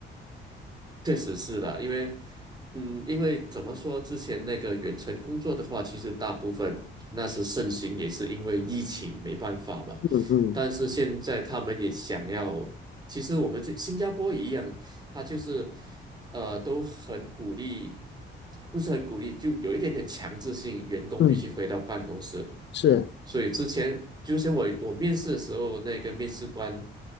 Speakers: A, on the right; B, on the left.
A: 确实是的，因为，嗯，因为怎么说，之前那个远程工作的话，其实大部分那时盛行，也是因为疫情没办法嘛。
B: 嗯嗯
A: 但是现在他们也想要，其实我们这新加坡一样，他就是，呃，都很鼓励，不是很鼓励，就有一点点强制性，员工必须回到办公室。
B: 嗯，是，
A: 所以之前，就像我我面试的时候，那个面试官